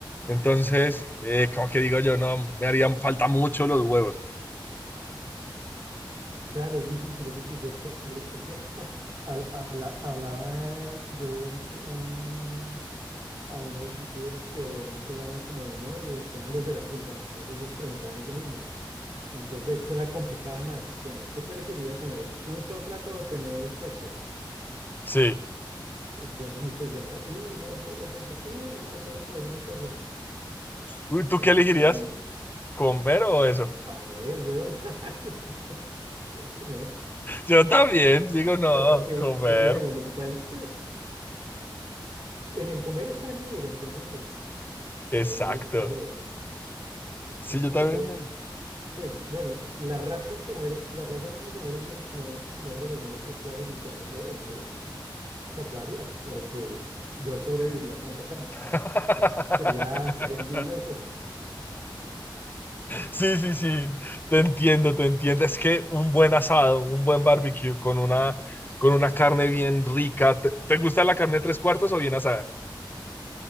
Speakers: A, on the left; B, on the right.
A: Entonces, eh, como que digo yo, no, me harían falta mucho los huevos.
B: Claro, es difícil, es difícil. De hecho, de hecho que <laughs> habl- habla- hablaba, yo veo un, un- a unos youtubers que dan un programa como de humor y se llaman Los de la Culpa. Entonces ellos preguntaban eso mismo. Entonces, de hecho, la complicaban más. Bueno, ¿qué preferiría comer? ¿Un solo plato o tener sexo?
A: Sí.
B: Entonces muchos decían, no, uy, no, solo sexo. Uy, no, solo comer una cosa.
A: Uy, ¿tú
B: Entonces
A: qué elegirías?
B: ahí,
A: ¿Comer o eso?
B: no, a ver, yo, no- <laughs> yo comer.
A: Yo también digo, no,
B: O sea, porque,
A: comer.
B: porque bueno, lo que pasa es que en el comer está el vivir, entonces pues Ahí
A: Exacto.
B: estaría. Entonces,
A: Sí,
B: uno
A: yo
B: puede,
A: también. me-
B: pues bueno, la raza se muere, la raza humana se muere si no, si no hay relaciones sexuales y tenemos bebés, pero se acabaría. Pero pues yo sobreviviría comiendo carne.
A: <laughs>
B: Pues sería, sería envidioso.
A: Sí, sí, sí. Te entiendo, te entiendo. Es que un buen asado, un buen barbecue con una, con una carne bien rica. ¿Te, te gusta la carne tres cuartos o bien asada?